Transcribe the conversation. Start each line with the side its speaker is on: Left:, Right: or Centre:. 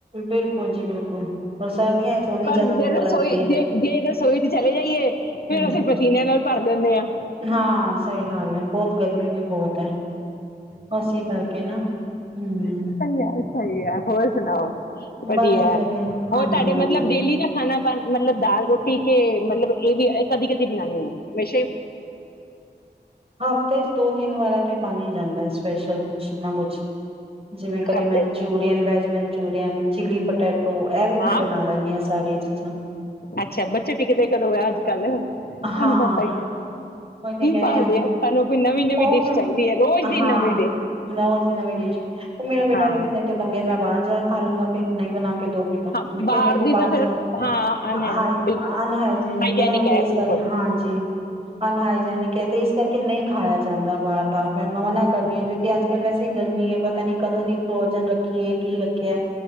Right: ਬਿਲਕੁਲ ਜੀ ਬਿਲਕੁਲ। ਔਰ ਸਰਦੀਆਂ ਚ ਓਨੀ
Left: ਪਰ
Right: ਜ਼ਿਆਦਾ
Left: ਜੇ
Right: ਭੁੱਖ
Left: ਰਸੋਈ
Right: ਲੱਗਦੀ ਹੈ ਫਿਰ
Left: ਜੇ ਜੇ ਰਸੋਈ ਚ ਚਲੇ ਜਾਈਏ ਫਿਰ
Right: ਹਮ
Left: ਅਸੀਂ ਪਸੀਨੇ ਨਾਲ ਭਰ ਦਿੰਦੇ ਹਾਂ
Right: ਹਾਂ ਸਹੀ ਗੱਲ ਹੈ ਬਹੁਤ ਗਰਮੀ ਵੀ ਬਹੁਤ ਹੈ। ਅਸੀੇ, ਕਰਕੇ ਨਾ ਹਮ।
Left: ਸਹੀ ਯਾਰ, ਸਹੀ। ਹੋਰ ਸੁਣਾਓ। ਵਧੀਆ।
Right: ਬਸ ਜੀ ਹਾਂਜੀ
Left: ਹੋਰ ਤੁਹਾਡੇ,
Right: ਹਾਂਜੀ
Left: ਮਤਲਬ ਡੇਲੀ ਦਾ ਖਾਣਾ, ਪਾ ਮਤਲਬ, ਦਾਲ ਰੋਟੀ ਕੇ, ਮਤਲਬ ਇਹ ਵੀ ਕਦੀ ਕਦੀ, ਬਣਾਉਦੇ ਹਾਂ, ਮੈੰ
Right: ਹਫ਼ਤੇ ਚ, ਦੋ ਤਿੰਨ ਵਾਰ ਤੇ, ਬਣ ਹੀ ਜਾਂਦਾ, ਸਪੈਸ਼ਲ ਕੁਛ ਨਾ ਕੁਛ, ਜਿਵੇਂ ਕਦੇ
Left: ਖਾਤੇ
Right: Manchurian, veg Manchurian, chilli potato, ਇਹ ਵੀ ਮੈਂ
Left: ਹਾਂ
Right: ਬਣਾ ਲੈਦੀ ਹਾਂ, ਸਾਰੀਆਂ ਚੀਜ਼ਾਂ
Left: ਅੱਛਾ ਬੱਚੇ ਟਿਕਦੇ ਕਦੋਂ ਆ ਅੱਜ ਕੱਲ? ਤੁਹਾਨੂੰ
Right: ਹਾਂ!
Left: ਪਤਾ ਹੀ ਹੈ
Right: ਉਹੀ ਤੇ ਕਹਿ ਰਿਹਾ,
Left: ਭਾਲਦੇ ਆ ਸਾਨੂੰ ਕੋਈ ਨਵੀਂ ਨਵੀਂ
Right: ਉਹ
Left: ਡਿਸ਼
Right: ਫੇਰ,
Left: ਚਾਹੀਦੀ ਹੈ ਰੋਜ਼ ਦੀ
Right: ਹਾਂ,
Left: ਨਵੀਂ ਡਿਸ਼
Right: ਰੌਜ ਹੀ ਨਵੀਂ ਡਿਸ਼। ਉਹ ਮੇਰਾ ਬੇਟਾ
Left: ਹਾਂ
Right: ਤੇ ਫਿਰ ਨੇ ਤ ਤੰਗੇਿਆ, ਨਾ ਬਾਹਰ ਜਾਕੇ ਖਾ ਲੂੰਗਾ ਫੇਰ, ਨਹੀਂ ਬਣਾ ਕੇ ਦੋਗੇ ਤੇ। ਮੈਂ
Left: ਹਾਂ
Right: ਕਿਹਾ
Left: ਬਾਹਰ
Right: ਨਹੀਂ ਤੂੰ
Left: ਦੀ
Right: ਬਾਅਰ
Left: ਤਾਂ ਫਿਰ
Right: ਜਾ ਕੇ ਨਾਂ
Left: ਹਾਂ
Right: ਖਾ,
Left: ਅਨਹੈਲਥ ਬਿਲਕੁਲ
Right: ਅਨਹੈਲਥੀ
Left: ਹਾਈਜੈਨਿਕ ਹੈ
Right: ਹਾਂਜੀ।
Left: ਬਿਲਕੁਲ
Right: ਅਹਾਈਜੈਨਿਕ ਹੈ ਤੇ, ਇਸ ਕਰਕੇ ਨਹੀਂ ਖਾਇਆ ਜਾਂਦਾ ਬਾਹਰ ਦਾ ਫੈਰ ਮੈਂ ਮਨਾ ਕਰਨੀ ਆ, ਕਿਉਕਿ ਅੱਜ ਕੱਲ ਵੈਸੇ ਹੀ ਗਰਮੀ ਹੈ, ਪਤਾ ਨੀ ਕਦੋਂ ਦੀ ਪ੍ਰੋਜਨ ਰੱਖੀਏ, ਕੀ ਰੱਖਿਆ